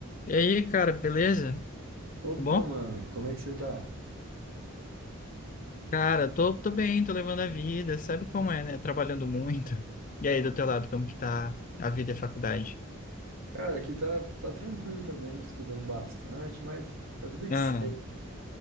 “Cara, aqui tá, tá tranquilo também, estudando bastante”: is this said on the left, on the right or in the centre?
Right